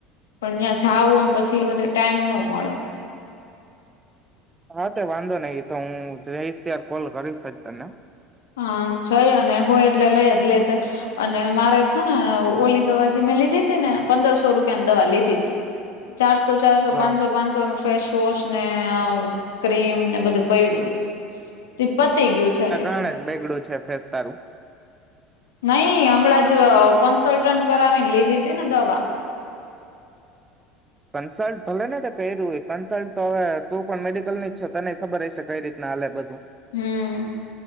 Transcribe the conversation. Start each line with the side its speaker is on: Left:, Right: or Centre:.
Left: પણ ત્યાં જાવું પછી એ બધે ટાઈમ નો મળે.
Right: હા તે વાંધો નઈ એ તો હું જઈ આઇશ ત્યાર કોલ કરીશ જ તને.
Left: હા જય અને હોય એટલે લઈ જ લેજે. અને મારે છે ને ઓલી દવા જે મેં લીધી હતી ને પંદરસો રૂપિયાની દવા લીધી હતી. ચારસો ચારસો
Right: હા
Left: પાંચસો, પાંનસો નું ફેસવોશ ને ક્રીમ ને બધું પૈડું તે પતી ગયું છે.
Right: ત્યારે જ બેગડું છે ફેસ તારું.
Left: નઈ હમણાં જ કન્સલ્ટન્ટ કરાવીને લીધી હતી ને દવા,
Right: કન્સલ્ટ ભલે ને તો કર્યું કન્સલ્ટ તો હવે તું પણ મેડિકલ ની જ છો તને ખબર હશે કઈ રીતના હાલે બધું.
Left: હમ્મ